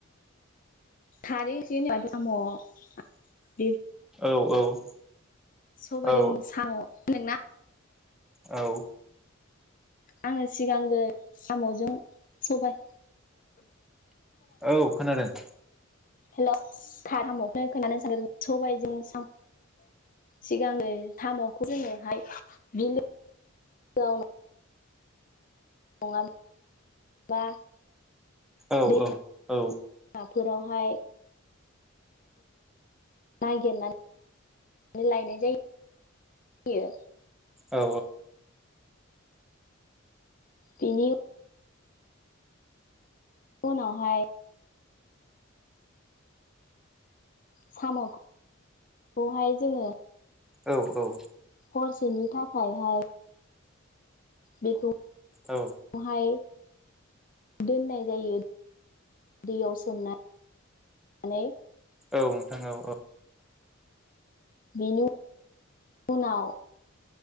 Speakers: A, on the left; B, in the centre.
A: थारिनि दाम <unintelligible>
B: औ औ
A: सबायजों
B: औ
A: साम' नोंना
B: औ
A: आङो सिगां साम'जों सबाय
B: औ खोनादों।
A: हेल'साम'खौनो खोनानो सानदों सबायाइजों सिगाङो साम'खौ जोङोहाय बिलो नङाब्ला बा
B: औ
A: दैमा
B: औ औ
A: नाफोरावहाय नागिरनानै लायनाय जायो।
B: औ
A: बिनि उनावहाय साम'खौहाय जोङो
B: औ औ।
A: हरसेनि थाखायहाय बेखौहाय
B: औ
A: दोननाय जायो दैयाव सोमनानै।
B: औ नोंथां औ
A: बिनि उ उनाव